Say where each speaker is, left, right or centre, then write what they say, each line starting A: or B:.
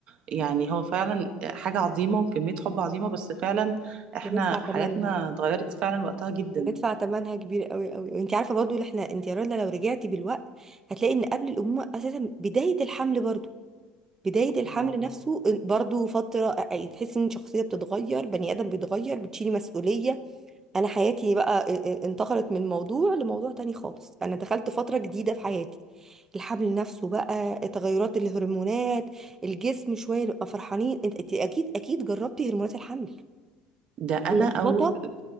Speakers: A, on the right (about 45°); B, on the right (about 20°).
A: يعني هو فعلا حاجه عظيمه وكميه حب عظيمه بس فعلا احنا
B: بندفع ثمنها
A: حياتنا اتغيرت فعلا وقتها جدا
B: بندفع ثمنها كبير قوي قوي وانت عارفه برضو اللي احنا انت يا رنا لو رجعتي بالوقت هتلاقي ان قبل الامومه اساسا بدايه الحمل برضو بداية الحمل
A: اه
B: نفسه برضو فترة أي- تحس ان شخصية بتتغير بني آدم بيتغير بتشيلي مسؤولية أنا حياتي بقى ا- ا- انتقلت من موضوع لموضوع تاني خالص أنا دخلت فترة جديدة في حياتي الحمل نفسه بقى تغيرات الهرمونات الجسم شوية نبقى فرحانين انت أنت أكيد أكيد جربتي هرمونات الحمل
A: ده انا
B: اللخبطة
A: او ب-